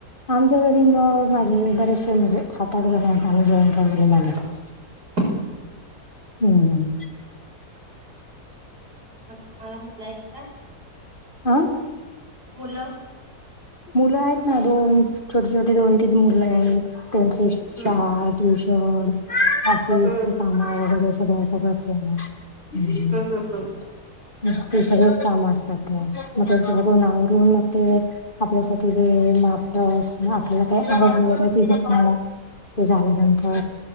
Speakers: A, on the left; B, on the right.
A: आमच्या घरी मग माझे बरेचसे म्हणजे सात आठ जण आहेत आम्ही जॉईंट फॅमिली माझ
B: <unintelligible> <inaudible>
A: हम्म हम्.
B: मग तुम्हाला <unintelligible> का
A: आ?
B: मुलं
A: मुलं आहेत ना दोन छोटे छोटे दोन तीन मुलं आहेत त्यांचे
B: हम्म
A: शाळा ट्युशन, ऑफिसचे
B: हम्म
A: काम वगैर सगळं सगळंच. <unintelligible> <inaudible>
B: हम्म हम्म
A: <unintelligible> ते सगळेच काम असतात ते मग त्यांच्याकडून आवरून मग ते आपल्यासाठी तेे मापस आपल्याला काही आवड <unintelligible> ते झाल्यानंतर